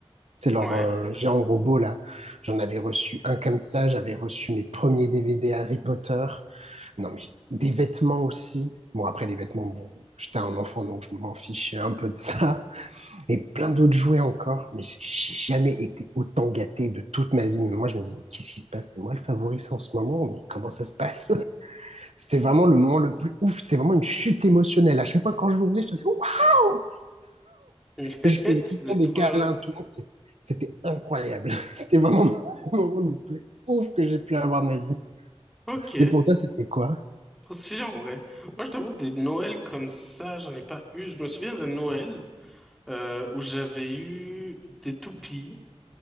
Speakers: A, on the right; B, in the centre.
A: C'est leur
B: ouais.
A: euh, géant robot là. J'en avais reçu un comme ça. J'avais reçu mes premiers DVD Harry Potter. Non mais des vêtements aussi. Bon après les vêtements, bon, j'étais un enfant donc je m'en fichais un peu de ça et plein d'autres jouets encore, mais j'ai jamais été autant gâté de toute ma vie. Mais moi, je me dis, mais qu'est-ce qui se passe C'est moi le favori en ce moment, mais comment ça se passe <laughs> C'était vraiment le moment le plus ouf, c'est vraiment une chute émotionnelle. À chaque fois, quand je l'ouvrais, je faisais waouh
B: <laughs>
A: Je faisais
B: Tu
A: tout
B: devais
A: le temps
B: être
A: des
B: trop
A: câlins,
B: heureux.
A: tout le monde. C'était incroyable. <laughs> C'était vraiment le moment le plus ouf que j'ai pu avoir de ma vie.
B: Ok,
A: Et pour toi, c'était quoi
B: trop stylé en vrai. Moi, je t'avoue, des Noëls comme ça, j'en ai pas eu. Je me souviens d'un Noël euh, où j'avais eu des toupies